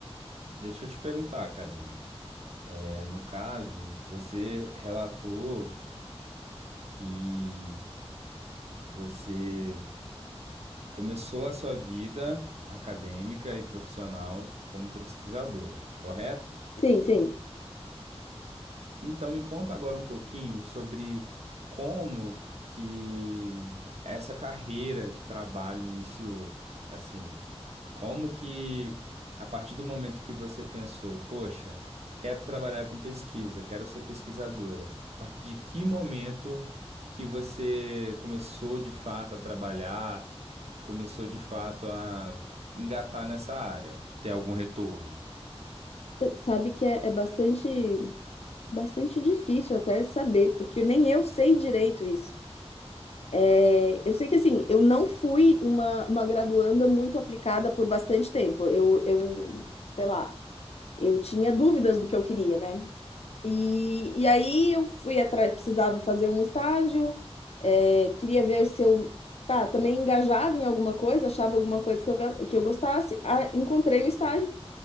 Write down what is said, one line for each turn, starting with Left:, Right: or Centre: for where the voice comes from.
Right: deixa eu te perguntar, Karina. É, no caso, você relatou. que Você começou a sua vida acadêmica e profissional como pesquisadora, correto?
Left: Sim, sim.
Right: Então me conta agora um pouquinho sobre como que essa carreira de trabalho iniciou, assim, como que a partir do momento que você pensou, poxa, quero trabalhar com pesquisa, quero ser pesquisadora, a partir de que momento que você começou de fato a trabalhar, começou de fato a engatar nessa área, ter algum retorno?
Left: Sabe que é é bastante. Bastante difícil até saber, porque nem eu sei direito isso. É, eu sei que assim, eu não fui uma, uma graduanda muito aplicada por bastante tempo. Eu, eu, sei lá, eu tinha dúvidas do que eu queria, né? E, e aí eu fui atrás, precisava fazer um estágio, é, queria ver se eu, pá, também engajava em alguma coisa, achava alguma coisa que eu, ga- que eu gostasse. Ah, encontrei um estágio.